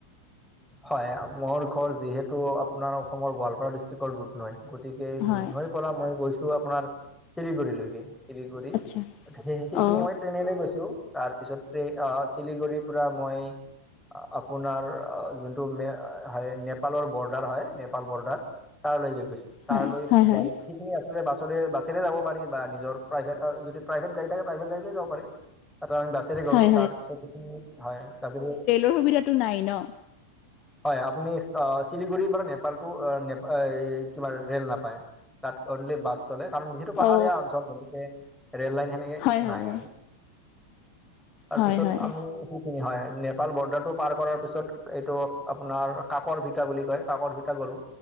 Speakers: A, in the centre; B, on the left (about 40°).
A: হয়, মোৰ ঘৰ যিহেতু আপোনাৰ অসমৰ গোৱালপাৰা ডিষ্ট্ৰিক্টৰ দুধনৈত গতিকে,
B: হয়
A: দুধনৈৰ পৰা মই গৈছো আপোনাৰ চিলিগুৰিলৈকে, চিলিগুৰি
B: আচ্ছা
A: গতিকে, সেই সেইখিনি
B: অ
A: সময়ত ট্ৰেইনেৰে গৈছোঁ তাৰপিছত ট্ৰ চিলিগুৰিৰ পৰা মই আপোনাৰ যোনটো মে হয় নেপালৰ বৰ্ডাৰ হয় নেপাল বৰ্ডাৰ তালৈকে গৈছোঁ
B: হয়
A: তাৰ লৈ
B: হয়
A: <unintelligible> সেইখিনি
B: হয়
A: আচলতে বাছলৈ বাছেৰে যাব পাৰি বা নিজৰ প্ৰাইভেট যদি প্ৰাইভেট গড়ী থাকে প্ৰাইভেট গডীলৈ যাবাৰি তাৰ আমি বাছেৰে গ'লো
B: হয়
A: তাৰপিছতখ হয়
B: অশোবিধাটো নাই ন
A: হয় আপুনি চিলিগুৰিৰ পৰা নেপালতটো ন কিবা ৰেল নাপায় তাত অনলি বাছ চলে কাৰণ যিহেতু পাহাৰীয়া
B: অ
A: অঞ্চল গতিকে ৰেল লাইন সেনেকে
B: হয় হয়
A: নাই আৰু তাৰপিছত
B: হয় হয়
A: আমি সেইখিনি হয় নেপাল বৰ্ডাৰটো পাৰ কৰাৰ পিছত এইটো আপোনাৰ কাকৰ ভিতা বুলি কয় কাকৰ ভিতা গলো